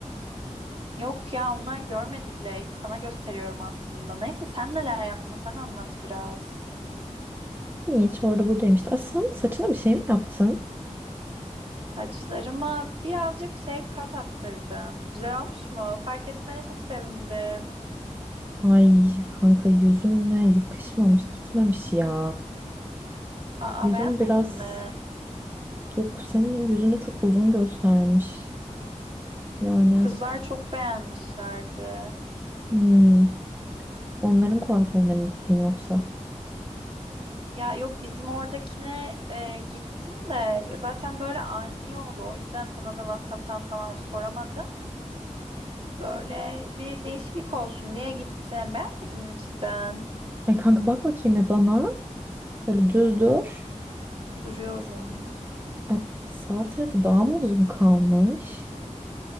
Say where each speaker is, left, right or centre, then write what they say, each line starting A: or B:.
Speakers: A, on the right (about 45°); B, on the right (about 15°).
A: Yok ya onlar görmedi bile. İlk sana gösteriyorum aslında. Neyse sen neler yaptın sen anlat biraz.
B: Hiç orada buradayım işte. Ay sen saçına bir şey mi yaptın?
A: Saçlarıma birazcık şey kat attırdım. Güzel olmuş mu? Fark etmene çok sevindim.
B: Ay kanka yüzünle yakışmamış gitmemiş ya.
A: Aa
B: Yüzün
A: beğenmedin
B: biraz
A: mi?
B: yok senin yüzünü çok uzun göstermiş. Yani
A: Bu kızlar çok beğenmişlerdi.
B: hmm, onların kuaförüne mi gittin yoksa?
A: Ya yok bizim oradakine e, gittim de ya zaten böyle ani oldu. O yüzden sana da WhatsApp'tan falan soramadım. Böyle bir değişiklik olsun diye gittim. Beğenmedin mi cidden?
B: Ay kanka bak bakayım bir bana. Şöyle düz dur.
A: Duruyorum.
B: Ay, sağ tarafı daha mı uzun kalmış?